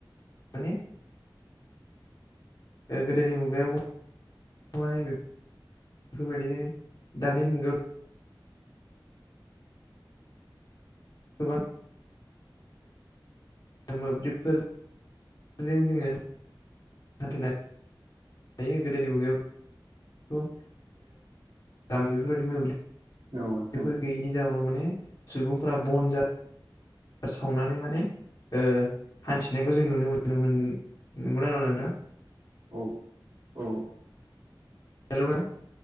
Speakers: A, on the left; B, on the right.
A: माने गोदोनि मुगायाव माने बेफोरबायदिनो दानि मुगायाव गोबां ओ मोब्लिबफोर बेजों जोङो हान्थिनाय हायो गोदोनि मुगायावथ' दा बेफोरबायदि मोब्लिब
B: नोंथां
A: बेफोर गैयिनि जाउनाव माने सुबुंफोरा बन जा सावनानै माने ओ हान्थिनायखौ जों नुनो मोनोमोन नंगौ नङा नोंथां
B: औ औ
A: हेल' नों